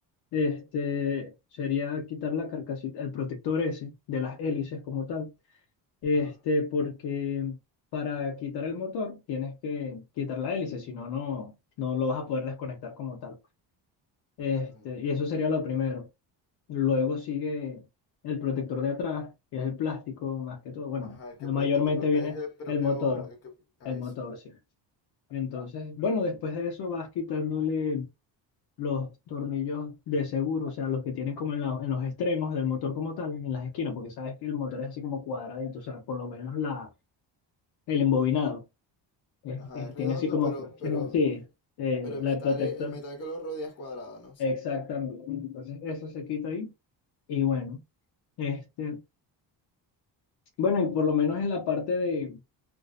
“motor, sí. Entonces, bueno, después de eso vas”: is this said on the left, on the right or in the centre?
Left